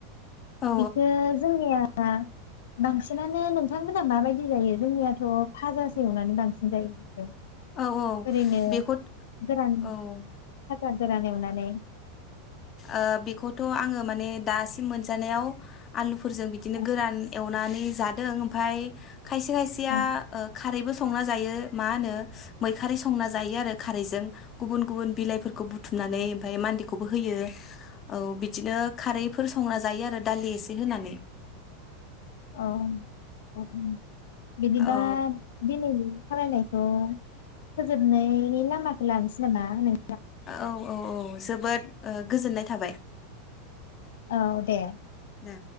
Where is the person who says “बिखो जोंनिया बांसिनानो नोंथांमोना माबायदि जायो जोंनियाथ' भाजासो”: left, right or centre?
Left